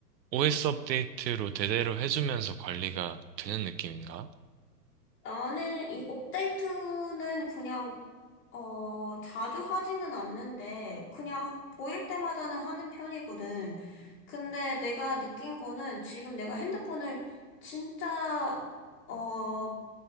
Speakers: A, on the right; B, on the left.
A: OS 업데이트로 대대로 해주면서 관리가 되는 느낌인가?
B: 나는 이 업데이트는 그냥, 어, 자주 하지는 않는데, 그냥 보일 때마다는 하는 편이거든. 근데 내가 느낀 거는 지금 내가 핸드폰을 진짜, 어,